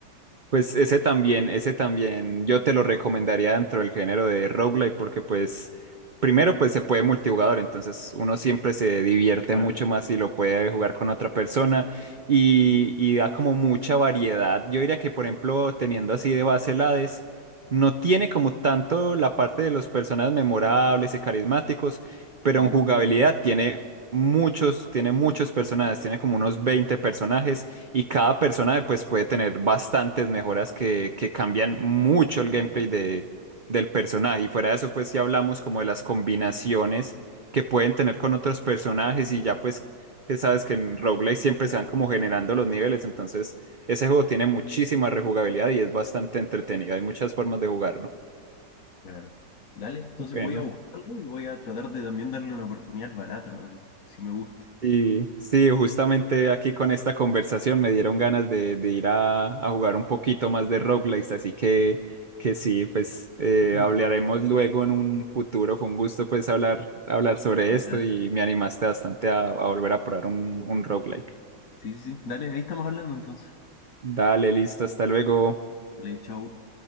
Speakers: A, on the right (about 75°); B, on the left (about 55°).
A: Pues ese también, ese también yo te lo recomendaría dentro del género de roguelike porque pues primero pues se puede multijugador, entonces uno siempre se divierte
B: Ah,
A: mucho más si lo puede jugar con otra persona y, y da como mucha variedad. Yo diría que por ejemplo teniendo así de base el Hades, no tiene como tanto la parte de los personajes memorables y carismáticos, pero
B: no.
A: en jugabilidad tiene muchos, tiene muchos personajes, tiene como unos 20 personajes y cada persona pues puede tener bastantes mejoras que, que cambian mucho el gameplay de, del personaje. Y fuera de eso pues si hablamos como de las combinaciones que pueden tener con otros personajes y ya pues que sabes que en roguelike siempre se van como generando los niveles. Entonces ese juego tiene muchísima rejugabilidad y es bastante entretenido. Hay muchas formas de jugarlo.
B: Claro. Dale, entonces
A: Bueno.
B: voy a buscarlo y voy a tratar de también darle una oportunidad al Balatro, a ver si me gusta.
A: Y sí, justamente aquí con esta conversación me dieron ganas de, de ir a, a jugar un poquito más de roguelikes, así que, que sí, pues eh,
B: <clears throat>
A: hablaremos luego en un futuro. Fue un gusto pues hablar, hablar sobre
B: Dale,
A: esto
B: dale.
A: y me animaste bastante a, a volver a probar un, un roguelike.
B: Sí, sí, sí. Dale, ahí estamos hablando entonces.
A: Dale, listo, hasta luego.
B: Dale, chao.